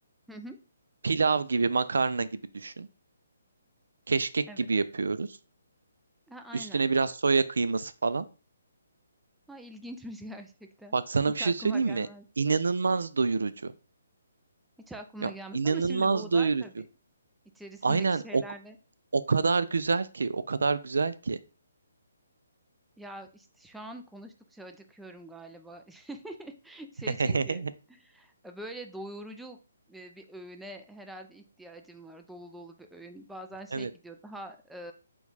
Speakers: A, in the centre; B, on the right (about 75°).
A: Hı hı.
B: Pilav gibi, makarna gibi düşün. Keşkek
A: Evet.
B: gibi yapıyoruz.
A: Ha, aynen.
B: Üstüne biraz soya kıyması falan.
A: Ha, ilginçmiş <laughs> gerçekten.
B: Bak sana
A: Hiç
B: bir şey
A: aklıma
B: söyleyeyim
A: gelmez.
B: mi? İnanılmaz doyurucu.
A: Hiç aklıma
B: Ya
A: gelmezdi
B: inanılmaz
A: ama şimdi Buğday
B: doyurucu.
A: tabii. içerisindeki
B: Aynen
A: şeylerle
B: o, o kadar güzel ki, o kadar güzel ki.
A: ya işte şu an konuştukça acıkıyorum galiba. <laughs> Şey
B: <laughs>
A: çünkü E, Böyle doyurucu e, bir öğüne herhalde ihtiyacım var. Dolu dolu bir öğün. Bazen şey
B: Evet,
A: gidiyor daha e,